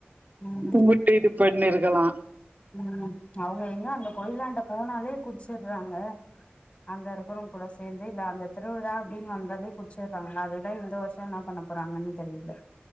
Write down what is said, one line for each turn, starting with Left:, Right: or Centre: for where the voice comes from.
Left: ம்
Right: கும்புட்டுட்டு போயினே இரு க்கலா
Left: ம் அவங்க எங்க அந்த கோயிலாண்ட போனாலே குடிச்சிட்றாங்க அங்க இருக்குறவங்க கூட சேந்து இல்ல அந்த திருவிழா அப்டின்னு வந்தாலே குடிச்சிட்றாங்களா அதுதா இந்த வருஷோ என்ன பண்ண போறாங்கன்னு தெரில